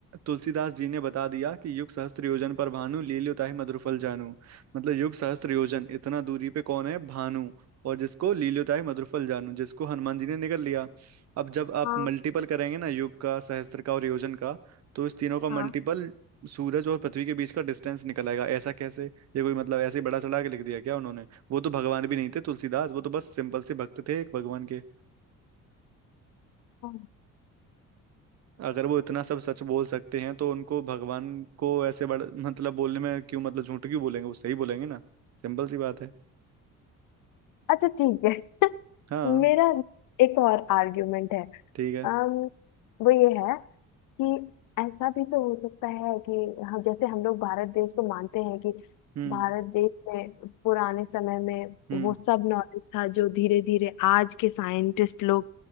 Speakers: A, on the right (about 55°); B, on the left (about 75°).
A: तुलसीदास जी ने बता दिया कि युग सहस्त्र योजन पर भानु लील्योताहि मधुरफल जानू मतलब युग सहस्त्र योजन इतना दूरी पे कौन है भानु और जिसको लील्योताय मधुरफल जानू जिसको हनुमान जी ने निगल लिया अब जब आप
B: हाँ
A: मल्टीपल करेंगे ना युग का सहस्त्र का और योजन का तो इस तीनों का मल्टीपल
B: हाँ
A: सूरज और पृथ्वी के बीच का डिस्टेंस निकल आएगा ऐसा कैसे ये कोई मतलब ऐसे ही बड़ा चढ़ा के लिख दिया क्या उन्होंने वो तो भगवान भी नहीं थे तुलसीदास वो तो बस सिंपल से भक्त थे एक भगवान के
B: हाँ
A: अगर वो इतना सब सच बोल सकते हैं तो उनको भगवान को ऐसे बड़ा मतलब बोलने में क्यों मतलब झूठ क्यों बोलेंगे वो सही बोलेंगे ना सिंपल सी बात है
B: अच्छा ठीक है <laughs>
A: हाँ
B: मेरा एक और आर्ग्यूमेंट है
A: ठीक है
B: अम, वो ये है कि ऐसा भी तो हो सकता है कि हम जैसे हम लोग भारत देश को मानते हैं कि
A: हम्म
B: भारत देश में पुराने समय में
A: हम्म
B: वो सब नॉलेज था जो धीरे धीरे आज के साइंटिस्ट लोग